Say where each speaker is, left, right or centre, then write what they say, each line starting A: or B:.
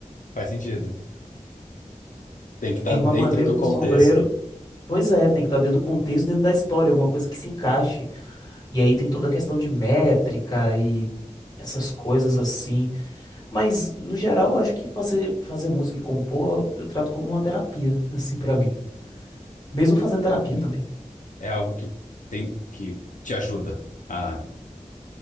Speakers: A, on the left; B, on the left.
A: Faz sentido. Tem
B: <laughs>
A: que estar
B: rimar
A: dentro
B: maneiro
A: do
B: com
A: contexto.
B: sombreiro. Pois é, tem que estar dentro do contexto, dentro da história, alguma coisa que se encaixe. E aí tem toda a questão de métrica e essas coisas assim. Mas, no geral, eu acho que fazer, fazer música e compor, eu trato como uma terapia, assim, pra mim. Mesmo fazendo terapia
A: Pô,
B: também.
A: É algo que tem que te ajuda a